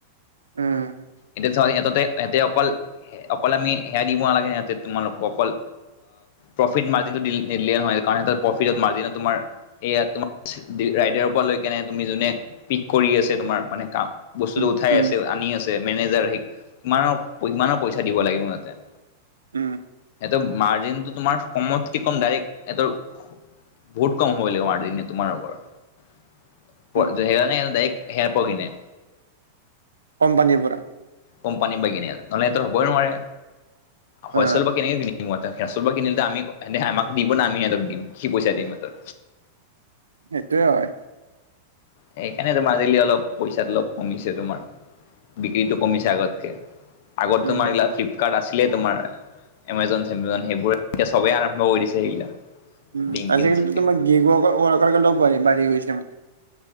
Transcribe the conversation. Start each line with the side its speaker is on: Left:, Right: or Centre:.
Right: উম
Left: এতিয়া চ ইহতে এতে অকল অকল আমি সেয়া দিব নালাগে সিহঁতে তোমালোকক অকল প্ৰফিট মাৰ্জিনটো নিিলে নহয় কাৰণ সঁত প্ৰফিটত মাৰ্জিনত তোমাৰ এয়া তোমাৰ ৰাইডাৰৰ পৰা লৈক নাই তুমি যোনে পিক কৰি আছে তোমাৰ মানে কাম। বস্তুটো
Right: উম
Left: উঠাই
Right: উম
Left: আছে আনি আছে মেনেজাৰ স কিৰ সমানৰ পইচা দিব লাগিব সিহঁতে।
Right: উম
Left: সিহঁতৰ মাৰ্জিনটো তোমাৰ সমতক ক ডাইৰেক্ট এইটো বহুত কম হব লাগ মাৰ্জিন তোমাৰ ওপৰত
Right: উম
Left: হে ন ডৰে হেৰ পগি নে
Right: কোম্পানী পৰা
Left: কোম্পানী বা কনে নহলে সহঁত হ'বই নোৱাৰে হলেল
Right: অ
Left: বা কেনেকে চলৰ কিনিলো আমিহে আমাক দিব ন আমি সিহঁতক দি কি পইচা দিম সিহঁতক।
Right: সেইটোয়ে হয়।
Left: সেইকাৰণে তোমাৰ আজালি অলপ পইচাত অলপ কমিছে তোমাৰ বিক্ৰীতো কমিছে আগতকে। আগৰ তোমাৰ
Right: উম
Left: ফ্লিপকাৰ্ট আছিল। তোমাৰ এমাজম সেইবোৰে এতিয়া চবেই আৰম্ভ কৰি দিছে সেইগিলা
Right: উম
Left: লিংকিত
Right: আজিকালিতো
Left: চিংকিত
Right: তোমাৰ গ গে লগ বাঢ়িঢ়ি গৈছে মানে।